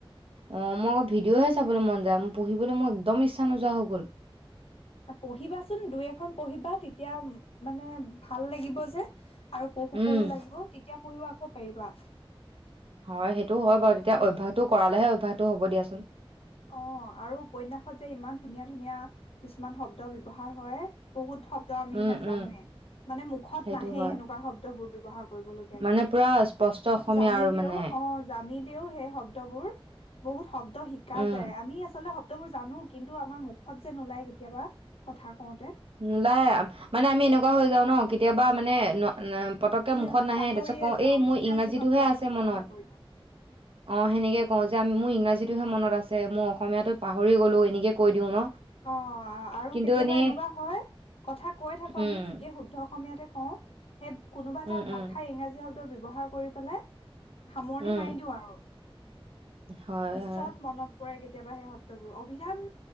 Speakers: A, on the right (about 70°); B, on the left (about 80°).
A: অ মই আকৌ ভিডিঅ'হে চাবলৈ মন যায় মোৰ পঢ়িবলৈ মোৰ একদম ইচ্ছা নোযোৱা হৈ গ'ল।
B: পঢ়িবাচোন দুই এখন পঢ়িবা তেতিয়া মানে ভাল লাগিব যে। আৰু পহো
A: উম
B: পহো লাগিব তেতিয়া। পঢ়িব আকৌ পাৰিবা।
A: হয় সেইটো হয় বাৰু তেতিয়া অভ্যয়াসটো কৰালেহে অভ্যয়াটো হব দিয়াচোন।
B: অ আৰু উপন্যাসত যে ইমান ধুনীয়া ধুনীয়া কিছুমান শব্দ ব্যৱহাৰ হয় বহুত। শব্দ আমি
A: উম
B: নাজানোএ
A: উম
B: মানে মুখত
A: সেইটো
B: নাহে
A: হয়
B: এনেকুৱা শব্দবোৰ। বসাগ। কৰিব লগীয়া
A: মানে পুৰা স্পষ্ট অসমীয়া
B: জানিলেও
A: আৰু মানে
B: অ জানি। ও সেই শব্দবোৰ বহুত শব্দ শিক। শিকা
A: উম
B: যায় আমি আচলতে। বোৰ জানো কিন্তু আমাৰ মুখত যে নোলায় কেতিয়াবা। কথা কওঁতে
A: নলাই মানে আমি এনেকুৱা হৈ যাও ন কি। কেতিয়াবা মানে নুৱা না। পতককে
B: উম
A: মুখত নাহে
B: পাহৰিয়ে
A: তাৰপিছত কওঁ
B: যাওঁ
A: এই মোৰ
B: ইংৰাজী
A: ইংৰাজীটোহে
B: শব্দটো
A: আছে
B: ব্যৱহাৰ
A: মনত
B: কৰি দিওঁ
A: অ সেনেকে কওঁ যে মোৰ ইংৰাজী। যিটোহে মনত আছে মই অসমীয়াটোত পাহৰি গ'লো এনেকে কৈ দিওঁ ন।
B: অ আৰু
A: কিন্তু
B: কেতিয়াবা
A: এনেই
B: এনেকুৱা। হয় কথা কৈ থাকো
A: উম
B: আমি ঠিকে শুদ্ধ। অসমীয়াতে কওঁ। সেই কোনোবা
A: উম
B: এটা ভাষা
A: উম
B: ইংৰাজী শব্দ বিব ব্যৱহাৰ কৰি পেলাই। সামৰণি
A: উম
B: মাৰি দিওঁ আৰু।
A: হয়
B: পিছত
A: হয়
B: মনত পৰে কি। কেতিয়াবা সেই শব্দবোৰ অভিধান।